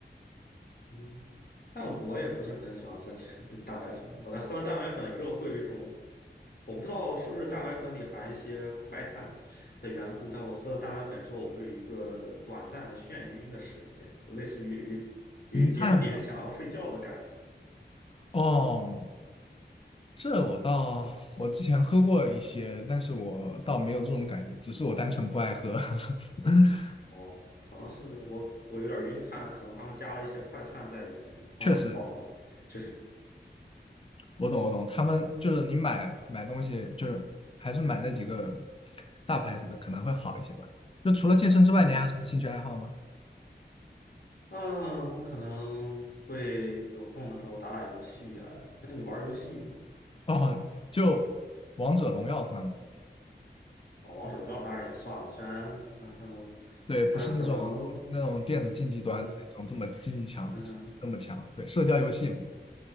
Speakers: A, on the left; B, on the left.
A: 嗯。但我也不是很喜欢喝 <laughs> 蛋白粉，我在喝了蛋白粉之后，会有一种我不知道是不是蛋白粉里含一些快碳的缘故，但我喝了蛋白粉之后，我会有一个短暂的眩晕的时间，就类似于有一有一点点想要睡觉的感觉。
B: 云碳哦，这我倒，我之前喝过一些，但是我倒没有这种感觉，只是我单纯不爱喝。<laughs>
A: 哦，可能是我我有点晕碳，可能他们加了一些快碳在里面帮你保，
B: 确实，
A: 就是
B: 我懂我懂，他们就是你买买东西，就是还是买那几个大牌子的可能会好一些吧。就除了健身之外，
A: 嗯
B: 你还有什么兴趣爱好吗？
A: 啊，我可能会有空的时候打打游戏啊。那你玩儿游戏吗？
B: 哦，就王者荣耀算吗？
A: 哦，王者荣耀当然也算了，虽然嗯哼，
B: 对，不是那种
A: 虽然可能
B: 那种电子竞技端的那种这么竞技强，
A: 嗯哼。嗯哼
B: 那么强。对，社交游戏嘛，